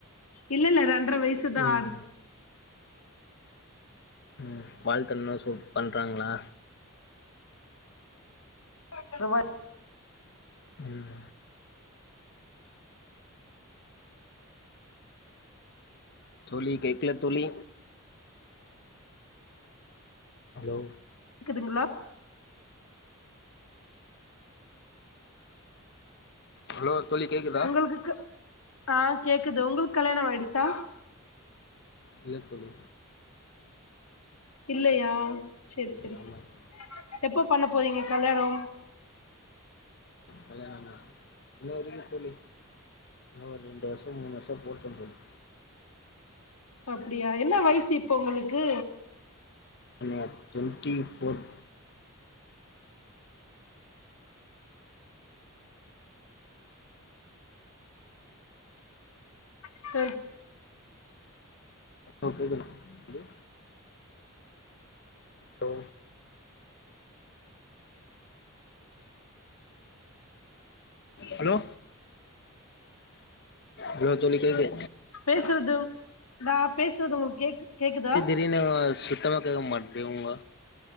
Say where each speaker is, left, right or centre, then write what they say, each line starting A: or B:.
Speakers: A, on the left; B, on the left.
A: இல்ல இல்ல ரெண்ரை வயசு தா
B: ம்
A: ஆகு
B: உம் வாழ்த்தண்ணா சூப் பண்றாங்ளா
A: மெதுவாய்
B: உம் தோழி கேக்குல தோழி ஹலோ
A: கேக்குதுங்ளா
B: ஹலோ தோழி கேக்குதா
A: உங்களுக்குக்கு ஆ கேக்குது உங்களுக்கு கல்யாணம் ஆயிடுச்சா
B: இல்ல தோழி
A: இல்லயா சேர் செரி
B: ஆமா தோழி
A: எப்ப பண்ண போறீங்க கல்யாணம்
B: கல்யாணமா இன்னு இருக்கு தோழி இன்னு ஒர் ரெண்டு வர்ஷோ மூணு வர்ஷோ போட்டுந்தோழி
A: அப்டியா என்ன வய்சு இப்போ உங்களுக்கு
B: இல்லங்க டொன்ட்டி ஃபோர்
A: <unintelligible>
B: ஆ கேக்குது தோழி லோ ஹலோ ஹலோ தோழி கேக்குது
A: பேசுறது நா பேசுறது உங்களுக்கு கேக்கு கேக்குதா
B: தீடீர்ன்னு சுத்தமா கேக்க மாட்டிங்குது உங்க